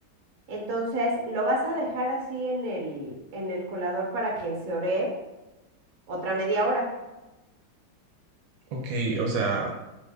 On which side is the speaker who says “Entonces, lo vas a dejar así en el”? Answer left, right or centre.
Right